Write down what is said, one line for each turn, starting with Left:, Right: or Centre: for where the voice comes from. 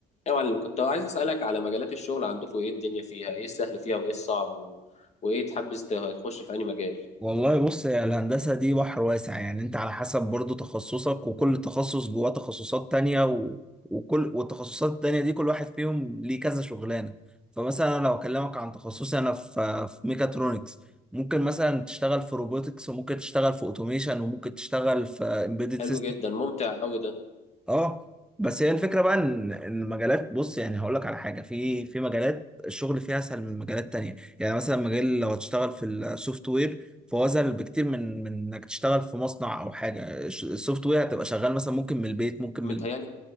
Left: يا معلم كنت عايز أسألك على مجالات الشغل عندكم إيه الدنيا فيها إيه السهل فيها وإيه الصعب و... وإيه تحبذ ت- تخش في أي مجال
Centre: والله بص يا الهندسة دي بحر واسع يعني انت على حسب برضو تخصصك وكل تخصص جواه تخصصات تانية و... وكل والتخصصات التانية دي كل واحد فيهم ليه كذا شغلانة فمثلا أنا لو اكلمك عن تخصصي انا في في ميكاترونكس ممكن مثلا تشتغل في روبوتكس وممكن تشتغل في اوتوميشن وممكن تشتغل في امبيدد
Left: حلو
Centre: سيستم
Left: جدا ممتع أوي ده
Centre: اه بس هي الفكره بقى ان ان المجالات بص يعني هقول لك على حاجه في في مجالات الشغل فيها اسهل من مجالات تانية يعني مثلا مجال لو هتشتغل في السوفت وير فهو اسهل بكتير من من انك تشتغل في مصنع او حاجه الش- السوفت وير هتبقى شغال مثلا ممكن من البيت ممكن من
Left: متهيألي
Centre: الم-